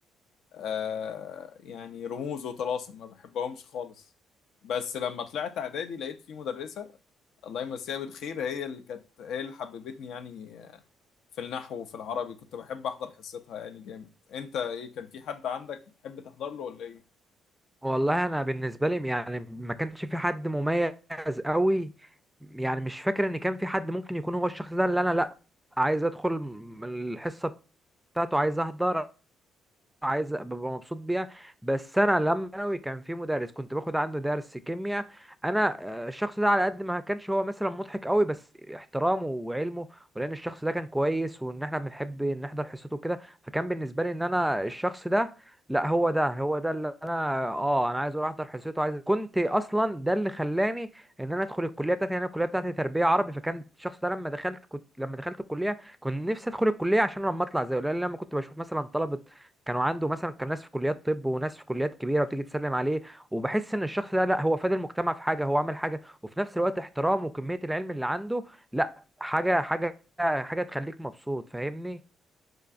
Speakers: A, on the left (about 75°); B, in the centre.
A: آه، يعني رموز وطلاسم ما بحبهمش خالص بس لما طلعت اعدادي لقيت في مدرسة الله يمسيها بالخير هي اللي كانت هي اللي حببتني يعني في النحو وفي العربي كنت بحب احضر حصتها يعني جامد انت ايه كان في حد عندك بتحب تحضر له ولا ايه
B: والله انا بالنسبه لي يعني ما كانش في حد مميز قوي يعني مش فاكر ان كان في حد ممكن يكون هو الشخص ده اللي انا لا عايز ادخل الحصه بتاعته عايز احضر عايز ابقى مبسوط بيها بس انا لما ثانوي كان في مدرس كنت باخد عنده درس كيمياء انا آه، الشخص ده على قد ما كانش هو مثلا مضحك قوي بس احترامه وعلمه ولان الشخص ده كان كويس وان احنا بنحب نحضر حصته وكده فكان بالنسبه لي ان انا الشخص ده لا هو ده هو ده اللي انا اه انا عايز اروح احضر حصته عايز كنت اصلا ده اللي خلاني ان انا ادخل الكليه بتاعتي يعني انا الكليه بتاعتي تربيه عربي فكان الشخص ده لما دخلت كنت لما دخلت الكليه كنت نفسي ادخل الكليه عشان لما اطلع زيه لان لما كنت بشوف مثلا طلبه كانوا عنده مثلا كان ناس في كليات طب وناس في كليات كبيره وتيجي تسلم عليه وبحس ان الشخص ده لا هو فاد المجتمع في حاجه هو عمل حاجه وفي نفس الوقت احترامه وكميه العلم اللي عنده لا حاجه حاجه حاجه تخليك مبسوط فاهمني